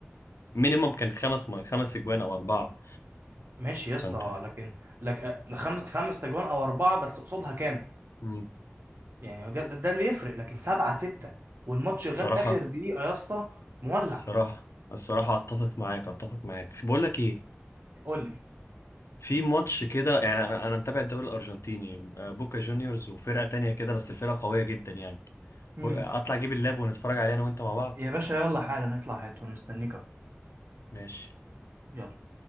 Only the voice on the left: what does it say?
مينيمم كان خمس خمس اجوان او اربعه
فانت
مم.
الصراحه
الصراحه الصراحه اتفق معاك اتفق معاك في بقول لك ايه
في ماتش كده يعني انا انا متابع الدوري الارجنتيني آه، بوكا جونيورز وفرقه تانية كده بس الفرقه قويه جدا يعني
بو- اطلع اجيب اللاب ونتفرج عليه انا وانت مع بعض
ماشي